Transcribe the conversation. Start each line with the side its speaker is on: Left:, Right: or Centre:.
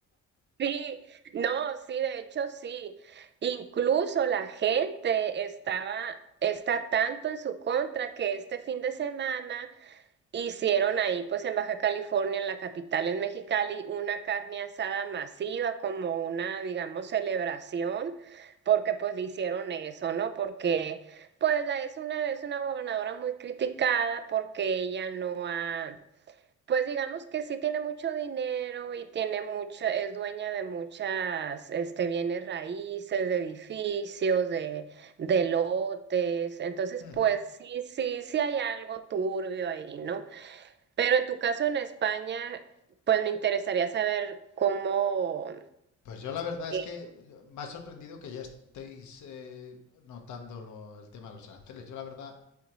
Right: Sí, no, sí, de hecho sí. Incluso la gente estaba, está tanto en su contra que este fin de semana hicieron ahí, pues en Baja California, en la capital, en Mexicali, una carne asada masiva, como una, digamos, celebración, porque pues le hicieron eso, ¿no? Porque pues la, es una, es una gobernadora muy criticada porque ella no ha pues digamos que sí tiene mucho dinero y tiene mucho, es dueña de muchas, este, bienes raíces, de edificios, de, de lotes. Entonces,
Left: <laughs>
Right: pues sí, sí, sí hay algo turbio ahí, ¿no? Pero en tu caso en España, pues me interesaría saber cómo.
Left: Pues yo la verdad es
Right: Sí,
Left: que me ha sorprendido que ya estéis eh, notando lo- el tema de los aranceles. Yo la verdad